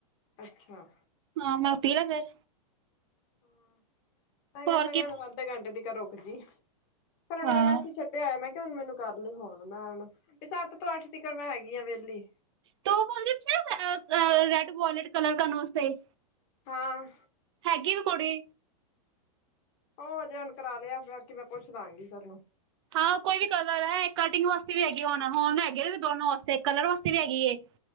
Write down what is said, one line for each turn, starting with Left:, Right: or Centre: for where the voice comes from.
Left: ਅੱਛਾ।
Right: ਹਾਂ ਮੈਂ ਪੀ ਲਾ ਫੇਰ।
Left: ਹਾਂ, ਮੈਂ ਕਿਆ
Right: ਫਿਰ ਹੋਰ
Left: ਮੈਂ ਕਿਆ
Right: ਕੀ
Left: ਅੱਧੇ ਘੰਟੇ ਤੀਕਾਂ ਰੁਕ ਜਈ, ਫਿਰ ਉਹਨੂੰ
Right: ਹਾਂ
Left: ਮੈਂ ਮੈਂਸਜ ਛੱ ਤੇ ਆਇਆ ਮੈਂ ਕਿਆ ਹੁਣ ਮੈਨੂੰ ਕਰ ਲਈ ਫ਼ੋਨ, ਮੈਂ ਹੁਣ ਵੀ ਸੱਤ ਤੋਂ ਅੱਠ ਤੀਕਰ ਮੈਂ ਹੈਗੀ ਆ ਵਿਹਲੀ।
Right: ਤੋ ਉਹ ਬੋਲਦੀ ਆ ਰੈਡ ਵੋਲੇਟ ਕਲਰ ਕਰਨ ਵਾਸਤੇ।
Left: ਹਾਂ।
Right: ਹੈਗੀ ਵੀ ਕੁੜੀ।
Left: ਉਹ ਹਜੇ ਹੁਣ ਕਰਾ ਲਿਆ, ਬਾਕੀ ਮੈਂ ਪੁੱਛ ਦਾਂਗੀ ਸਰ ਨੂੰ।
Right: ਹਾਂ ਕੋਈ ਵੀ ਕਲਰ ਐ, ਕਟਿੰਗ ਵਾਸਤੇ ਵੀ ਹੈਗੀ ਹੁਣ, ਹੁਣ ਹੈਗੇ ਦੋਨੋ ਵਾਸਤੇ, ਕਲਰ ਵਾਸਤੇ ਵੀ ਹੈਗੀ ਏ।